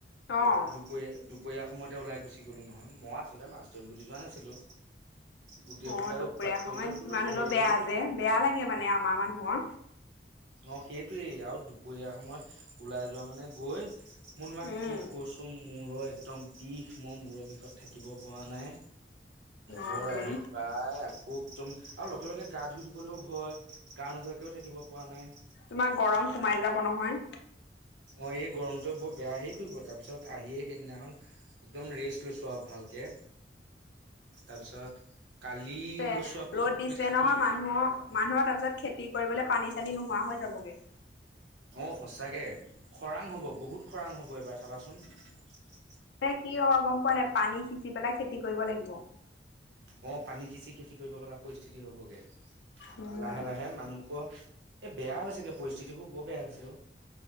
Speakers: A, on the left; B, on the right.
A: অঁ
B: দুপৰীয়া দুপৰীয়া সময়তে ওলাই গুচি গ'লো নহয় মই আচলতে মাছ ধৰিম বুলি যোৱা নাছিলো গোটেই
A: অ
B: সোপাই
A: দুপৰীয়া
B: উৎপাত কৰিলত
A: সময়ত
B: বোলো
A: ইমান
B: ধৰি
A: হ'লেও বেয়া
B: দিওঁ
A: যে বেয়া লাগে মানে আমাৰ মানুহৰ
B: অ সেইটোৱেই আৰু দুপৰীয়া সময়ত ওলাই যোৱা মানে গৈ মই তোমাক
A: উম
B: কি কৈছো মূৰৰ একদম বিষ মই মূৰৰ বিষত থাকিব পৰা নাই ঘৰ
A: অঁ তোন
B: আহি পাই আকৌ একদম আৰু লগে লগে গা ধুই দিবলৈও ভয় গা নোধোৱে এনেকেও থাকিব পৰা নাই।
A: তোমাৰ গৰম সোমাই যাব নহয়।
B: অ এই গৰমটোৱে বৰ বেয়া হেৰি কৰিব তাৰ পিছত আহিয়ে সেইদিনাখন একদম ৰেষ্ট লৈছো আৰু ভাল জে তাৰপিছত- কালি
A: এ
B: গৈছো আকৌ
A: ৰ'দ
B: পুখুৰীত
A: দিছে
B: সাঁতুৰিলোগে
A: নহয় মানুহ মানুহৰ তাৰ পিছত খেতি কৰিবলৈ পানী- খেলি নোহোৱা হৈ যাবগে-
B: অ সচাকে খৰাং হ'ব বহুত খৰাং হ'ব এইবাৰ চাবাচোন-
A: মানে কি হ'ব গম পোৱা নাই পানী সিঁচি পেলাই খেতি কৰিব লাগিব।
B: অ পানী খিচি খেতি কৰিব লগা পৰিস্থিতি হবগে
A: উম,
B: লাহে লাহে মানুহহোকৰ- এ বেয়া হৈছেগে পৰিস্থিতিবোৰ বৰ বেয়া হৈছে। অ